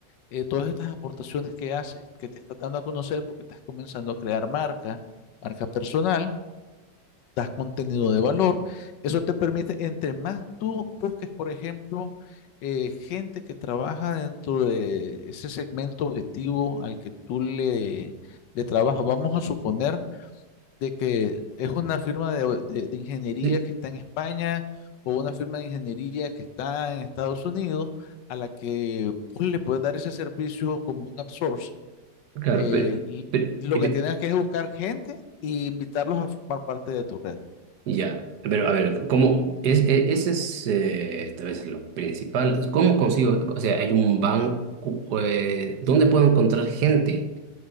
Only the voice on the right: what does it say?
sí,
claro,
pero,
pero-
pero-
ya, pero a ver, ¿cómo? Es, e- ese es eh, tal vez lo principal. ¿Cómo consigo? O sea, hay un banco, eh, ¿dónde puedo encontrar gente?